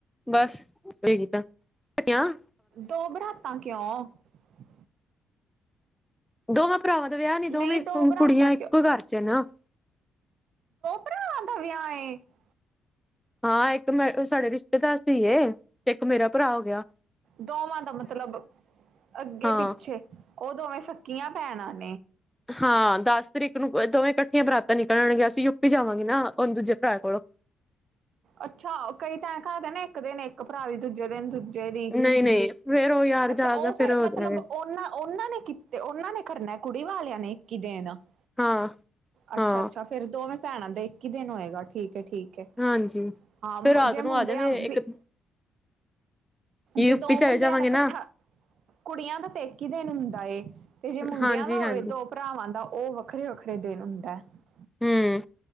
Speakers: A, in the centre; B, on the right.
A: ਬਸ ਸਹੀ ਕੀਤਾਟ ਵਿਚ ਹਨ।
B: ਦੋ ਬਰਾਤਾਂ ਕਿਉਂ ਆਉਂਦੀ ਨੇ।
A: ਦੋ ਮਾਂ ਬੋਲੀ ਨੂੰ ਸਿਰਫ਼ ਕੀਤੇ ਨੇ। ਭਰਾਵਾਂ ਦਾ ਵਿਆਹ ਨੀ ਦੋਵੇਂ
B: ਨਹੀਂ ਦੋ ਬਰਾਤਾਂ
A: ਕੁੜੀਆਂ ਇੱਕੋ
B: ਕਿਉਂ
A: ਘਰ ਚ ਨਾ ਹਾਂਜੀ ਦੋਵਾਂ ਭਹੇਣ ਸੀ।
B: ਆਉਂਦਾ ਵਿਹਆ ਕਿਦੇ ਨਾ।
A: ਹਾਂ ਇੱਕ ਮੈਂ ਸਾਡੇ ਰਿਸ਼ਤੇਦਾਰ ਸੀਗੇ ਤੇ ਇੱਕ ਮੇਰਾ ਭਰਾ ਹੋ ਗਿਆ ਹਨ।
B: ਦੋਵਾਂ ਦਾ ਮਤਲਬ ਅੱਗੇ
A: ਹਾਂ
B: ਪਿੱਛੇ ਉਹ ਦੋਵੇਂ ਸਕੱਕੀਆਂ ਪੈਣ ਨੇ ਮਿਲੀ ਸੀ।
A: ਹਾਂ ਦਸ ਤਰੀਕ ਨੂੰ ਦੋਵੇਂ ਇਕੱਠੀਆਂ ਬਰਾਤਾਂ ਨਿਕਲ ਆਣਗੀਆਂ ਅਸੀਂ ਯੂਪੀ ਜਾਵਾਂਗੇ ਨਾ ਦੂਜੇ ਭਰਾ ਕੋਲੋਂ ਪੰਜਾਬ ਜਾਊਗਾ।
B: ਅੱਛਾ ਕਈ ਤਣ ਘਰਦੇ ਨੇ ਇੱਕ ਦਿਨ ਇੱਕ ਭਰਾ ਵੀ ਦੂਜੇ ਦਿਨ ਦੂਜਾ ਭਰਾ ਦਾ ਵਿਆਹ ਹਨ। ਦੀ
A: ਨਹੀਂ ਨਹੀਂ ਫੇਰ ਉਹ ਯਾਰ
B: ਅੱਛਾ
A: ਜ਼ਿਆਦਾ
B: ਉਹ
A: ਫੇਰ
B: ਫੇਿਰ
A: ਹੋ
B: ਮਤਲਬ
A: ਜਾਵੇ
B: ਉਹਨਾਂ ਉਹਨਾਂ ਨੇ ਆਪਣੀ ਆਪਣੀ ਵੋਤੀ ਲਾ ਕੇ ਆਉਣੀ। ਕੀਤੇ ਉਹਨਾਂ ਨੇ ਕਰਨਾ ਕੁੜੀ ਵਾਲਿਆਂ ਨੇ ਇੱਕ ਹੀ ਦਿਨ ਭਰਾਤਾ ਜਾਊਗੀ
A: ਹਾਂ
B: ਅੱਛਾ
A: ਹਾਂ
B: ਅੱਛਾ ਫੇਿਰ ਦੋਵੇਂ ਭੈਣਾਂ ਦਾ ਇੱਕ ਹੀ ਦਿਨ ਹੋਏਗਾ ਠੀਕ ਹੈ ਠੀਕ ਹੈ।
A: ਹਾਂਜੀ
B: ਹਨ
A: ਫੇਰ
B: ਜੀ
A: ਰਾਤ
B: ਇੱਕ ਹੀ ਦਿਨ ਵਹਿਆ ਹਨ। ਆ ਜੇ ਮੁੰਡੇ
A: ਨੂੰ ਜਾਂਗੇ
B: ਆ ਉਣਾ ਦਾ ਵਹਿਆ ਵੀ
A: ਇੱਕ
B: ਇਕ ਹੀ ਦਿਨ ਸੀ।
A: ਯੂਪੀ
B: ਜੇ ਦੋ
A: ਚਲੇ
B: ਮੁੰਡਿਆਂ
A: ਜਾਵਾਂਗੇ
B: ਦਾ ਇਕੱਠਾ
A: ਨਾ
B: ਕੁੜੀਆਂ ਦਾ ਤੇ ਇੱਕ ਹੀ ਦਿਨ ਹੁੰਦਾ ਏ। ਹਨ ਜੀ ਇੱਕ ਹੀ ਦਿਨ ਹੁੰਦਾ ਹਨ। ਤੇ ਜੇ ਮੁੰਡਿਆਂ
A: ਹਾਂਜੀ
B: ਦਾ
A: ਹਾਂਜੀ
B: ਹੋਵੇ ਦੋ ਭਰਾਵਾਂ ਦਾ ਉਹ ਵੱਖਰੇ ਵੱਖਰੇ ਦਿਨ ਹੁੰਦਾ ਹੈ। ਹਨ ਜੀ।
A: ਹਮ